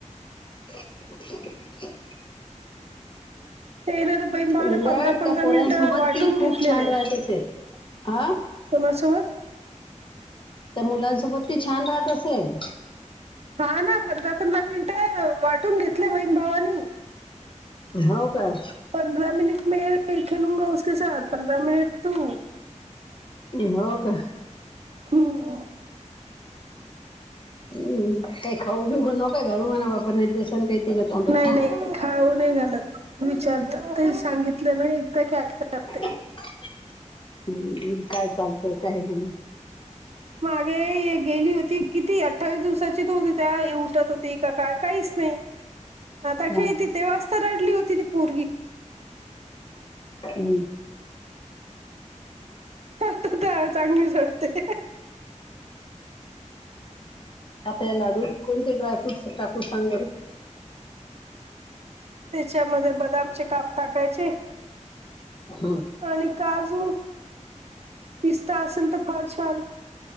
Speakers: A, on the left (about 40°); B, on the right (about 55°).
A: <inaudible>
B: ते ये ना तर बहीण भावानं
A: उलट
B: पंधरा पंधरा
A: त्या पोरांसोबत
B: मिनिट वाटून
A: ती खूप
B: घेतलेले.
A: छान राहत असेल हा
B: कोणासोबत
A: त्या मुलांसोबत ती छान राहत असल.
B: हा ना, पंधरा पंधरा मिनिटं वाटून घेतलय बहीण भावानी.
A: हो काय
B: पंधरा मिनिटं मे खेलूंगा उसके साथ, पंधरा मिनिटं तु
A: हो का
B: हम्म.
A: हम् काय खाऊ बिऊ नको घालु म्हणा आपण एक दिवसांन तिला तोंडात
B: नाही
A: टाकून
B: खाऊ नाही घालत. विचारतात. काही सांगितलं ना एकदा की ऐकतात ते
A: हम्म, काय चालतंय काय नाही
B: मागे नाय गेली होती. किती अठ्ठावीस दिवसाची त होती. त्यावेळी उठत होती का काय काहीच नाही. आता
A: हा
B: खेळते. तेव्हाच त रडली होती ती पोरगी
A: हुं.
B: हा त्यावेळी चांगलीच रडते.
A: आता या लाडुत कोणते ड्रायफ्रूटस टाकू सांग बर?
B: तेच्या मध्ये बदामचे काप टाकायचे
A: हुं.
B: आणि काजू, पिस्ता असेल तर फार छान.